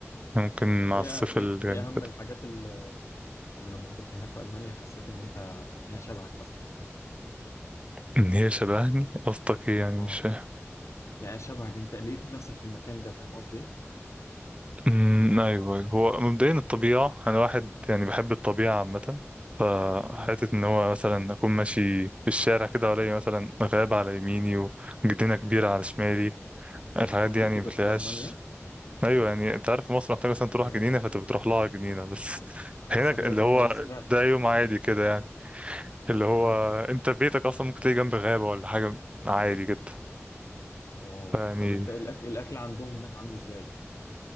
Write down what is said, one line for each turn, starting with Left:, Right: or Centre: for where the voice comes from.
Right: ممكن
Left: اه طب
Right: مع
Left: ايه
Right: الصيف
Left: ايه
Right: اللي جاي
Left: ايه اهم
Right: كده.
Left: الحاجات ال- اللي لما كنت هناك في المانيا حسيت ان انت ان هي شبهك مثلا
Right: ان هي شبهني قصدك ايه يعني مش
Left: اه
Right: فاهم
Left: يعني شبهك انت لقيت نفسك في المكان ده فاهم قصدي ايه
Right: أمم، ايوه أيوة. هو مبدئيا الطبيعه انا واحد يعني بحب الطبيعه عامه فحته
Left: امم
Right: ان هو مثلا اكون ماشي في الشارع كده والاقي مثلا غابه على يميني وجنينه كبيره على شمالي الحاجات
Left: الله
Right: دي
Left: في
Right: يعني
Left: كده
Right: بتلاقيهاش
Left: في المانيا
Right: ايوه يعني انت عارف في مصر محتاج مثلا تروح
Left: جامد
Right: جنينه فانت بتروح لها جنينه بس
Left: حصل
Right: هنا اللي
Left: هي جنينه
Right: هو
Left: بس فعلا
Right: ده يوم عادي كده يعني اللي هو
Left: اه
Right: انت بيتك اصلا ممكن تلاقي جنب غابه ولا حاجه عادي جدا
Left: واو
Right: يعني
Left: طب انت الأك... الاكل عندهم هناك عامل ازاي